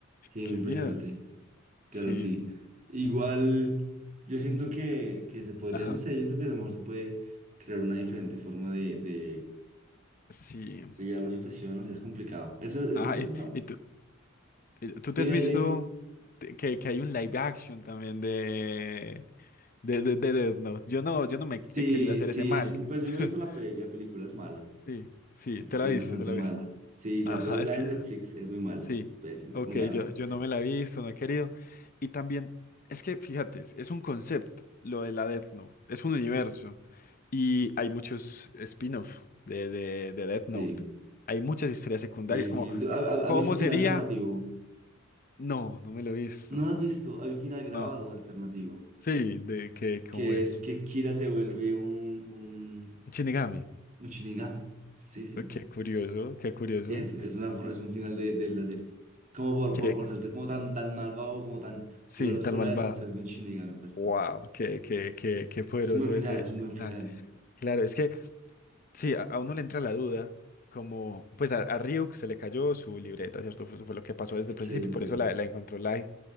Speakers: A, on the right (about 35°); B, on the left (about 45°).
A: Sí,
B: qué
A: muy impresionante.
B: miedo.
A: Claro,
B: Sí,
A: sí.
B: sí.
A: Igual, yo siento
B: Ujú.
A: que, que se podría,
B: Ajá.
A: no sé, yo siento que a lo mejor se puede crear una diferente forma de, de,
B: Sí.
A: de llevar la situación, no sé, es complicado. Eso es, es-
B: Ajá.
A: es una...
B: Y, y tú, y tú te
A: Dime,
B: has visto
A: dime.
B: te- que, que hay un live action también de, de, de, de Death Note. Yo no, yo no me
A: Sí,
B: he querido hacer
A: sí,
B: ese mal.
A: es, pues yo me he
B: <laughs>
A: visto la, peli- la película, es mala.
B: Sí, sí,
A: La
B: te
A: película
B: la viste,
A: es bastante
B: te la
A: mala.
B: viste.
A: Sí,
B: Ajá,
A: la, la
B: es
A: de
B: que.
A: Netflix es muy mala.
B: Sí.
A: Es pésima,
B: Ok,
A: con ganas.
B: yo, yo no me la he visto, no he querido. Y también, es que fíjate, es es un concepto lo de la Death Note. Es un universo. Y hay muchos spin-off de, de, de Death Note.
A: Sí,
B: Hay muchas historias secundarias,
A: sí,
B: como
A: sí. ¿Tú- ha- ha-
B: ¿Cómo
A: ¿Has visto el final
B: sería?
A: alternativo?
B: No, no me lo he visto.
A: No has visto. Hay un final grabado
B: No.
A: alternativo.
B: Sí, de que cómo
A: Que
B: es.
A: es que Kira se vuelve un, un,
B: Shinigami.
A: un Shinigami. Sí, sí.
B: Qué curioso, qué curioso.
A: Y es, es, una, es un final de, de la serie. Como por,
B: Qué-
A: por, por
B: qué-
A: ser tan- como tan, tan malvado, como tan
B: sí,
A: poderoso
B: tan
A: con
B: malvada.
A: la Death Note, se vuelve un Shinigami per se.
B: Wow, qué, qué, qué, qué poderoso
A: Es un buen final,
B: ese,
A: es
B: ese
A: un buen
B: final.
A: final.
B: Claro, es que sí, a, a uno le entra la duda, como pues a, a Ryuk se le cayó su libreta, ¿cierto? Eso fue lo que pasó desde el principio,
A: Sí, sí,
B: por
A: sí.
B: eso la, la encontró Light.